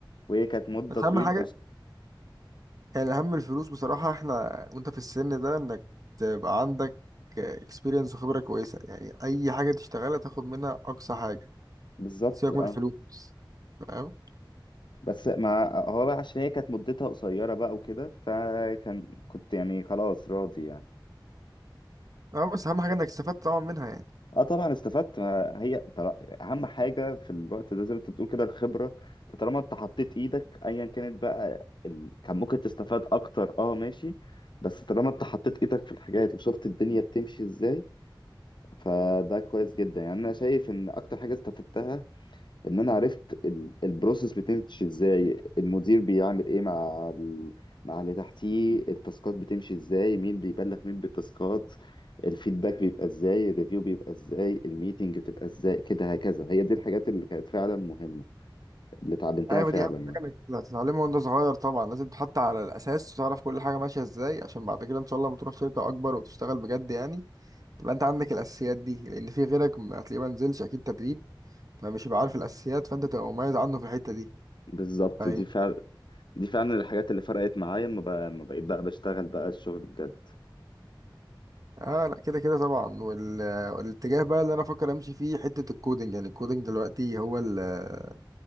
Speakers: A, on the left (about 65°); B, on the right (about 45°).
A: وهي كانت مده
B: بس
A: طويله
B: اهم حاجة يعني الأهم الفلوس بصراحة احنا وانت في السن ده انك تبقى عندك اكسبيرينس وخبرة كويسة يعني أي حاجة تشتغلها تاخد منها أقصى حاجة
A: بالظبط
B: سيبك
A: اه
B: من الفلوس فاهم؟
A: بس ما هو بقى عشان هي كانت مدتها قصيرة بقى وكده فكان كنت يعني خلاص راضي يعني
B: اه بس أهم حاجة انك استفدت طبعا منها يعني
A: اه طبعا استفدت ما هي طل- اهم حاجة في الوقت ده زي ما انت بتقول كده الخبرة انت طالما انت حطيت ايدك ايا كانت بقى ال... كان ممكن تستفاد اكتر اه ماشي بس طالما انت حطيت ايدك في الحاجات وشفت الدنيا بتمشي ازاي فده كويس جدا يعني انا شايف ان اكتر حاجة استفدتها ان انا عرفت ال- البروسيس بتمشي ازاي المدير بيعمل ايه مع ال... مع اللي تحتيه التاسكات بتمشي ازاي مين بيبلغ مين بالتاسكات الفيدباك بيبقى ازاي الريفيو بيبقى ازاي الميتنج بتبقى ازاي كده هكذا هي دي الحاجات اللي كانت فعلا مهمة اللي اتعلمتها
B: أيوة
A: فعلا
B: دي أهم
A: يعني
B: حاجة انك هتتعلمها وانت صغير طبعا لازم تحط على الأساس وتعرف كل حاجة ماشية ازاي عشان بعد كده إن شاء الله لما تروح شركة أكبر وتشتغل بجد يعني تبقى انت عندك الأساسيات دي لأن في غيرك ما هتلاقيه ما نزلش أكيد تدريب فمش هيبقى عارف الأساسيات فانت تبقى مميز عنه في الحتة دي
A: بالظبط
B: فاهمني؟
A: دي فعلا دي فعلا الحاجات اللي فرقت معايا لما بقى... ما بقيت بقى بشتغل بقى الشغل بجد
B: اه لا كده كده طبعا وال... والاتجاه بقى اللي انا افكر امشي فيه حته الكودنج يعني الكودنج دلوقتي هو ال-